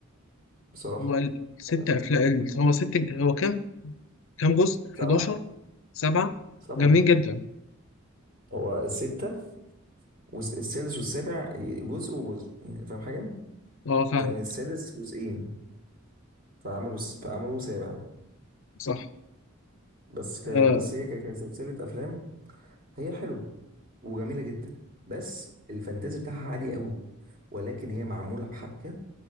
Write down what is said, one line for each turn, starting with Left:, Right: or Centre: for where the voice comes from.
Right: بصراحة
Left: هو ال- ست
Right: يعني
Left: افلام هو ست هو كام كام جزء 11
Right: سبعة
Left: سبعة
Right: سبعة
Left: جامدين جدا
Right: هو الستة والسادس والسابع جزء وجزء يعني فاهم حاجة؟
Left: اه فاهم
Right: يعني السادس جزئين فعملوا فعملوا سابع
Left: صح
Right: بس ك...
Left: آه
Right: بس هي ك... كسلسلة أفلام هي حلوة وجميلة جدا بس الفانتازي بتاعها عالي قوي ولكن هي معمولة بحبكة